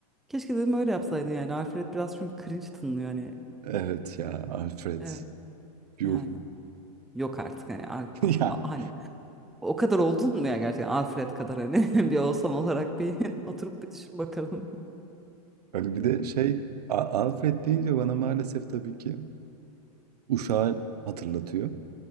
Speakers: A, in the centre; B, on the right.
A: Keşke dedim öyle yapsaydın yani. Alfred biraz çünkü cringe tınlıyor hani.
B: Evet ya Alfred.
A: Evet
B: Yuh.
A: yani. Yok artık hani. Al-
B: <laughs> Ya.
A: a- hani o kadar oldun mu ya gerçekten Alfred kadar hani <laughs> bir olsan olarak bir <laughs> oturup bir düşün bakalım.
B: Hani bir de şey A- Alfred deyince bana maalesef tabii ki Uşak'ı hatırlatıyor.